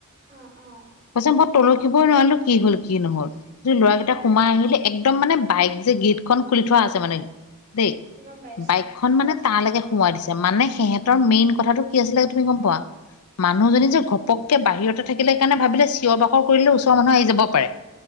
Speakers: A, on the right; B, on the left.
A: অ অ
B: কৈছে মই তলকিবই নোৱাৰিলোঁ কি হল কি নহল। কিন্তু ল'ৰাকেইটা
A: অ
B: সোমাই আহিলে, একদম মানে বাইক যে গেটখন খুলি থোৱা আছে মানে দেই,
A: গম পাইছো
B: বাইকখন মানে তালেকে সোমোৱাই দিছে। মানে সিহঁতৰ মেইন কথাটো কি আছিলে তুমি গম পোৱা? মানুহজনী
A: উম উম
B: যে ঘপককে বাহিৰতে থাকিলে কাৰণে ভাবিলে চিঞৰ বাখৰ কৰিলে ওচৰৰ মানুহ আহি যাব পাৰে।